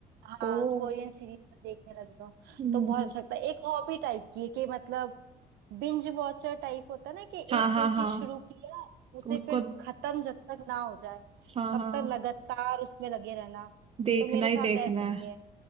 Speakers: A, on the right; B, on the right.
A: हाँ
B: ओ
A: कोरियन सीरीज में देखने लगी हूँ
B: हम्म,
A: तो बहुत अच्छा लगता है एक हॉबी टाइप की है कि मतलब बिंज वॉचर टाइप होता है ना कि
B: हाँ
A: एक
B: हाँ
A: कोई चीज
B: हाँ
A: शुरू किया उसे
B: उसको
A: फिर खत्म जब तक ना हो जाए
B: हाँ
A: तब
B: हाँ
A: तक लगातार उसमें लगे रहना
B: देखना
A: तो मेरे
B: ही
A: साथ
B: देखना
A: ऐसा
B: है
A: ही है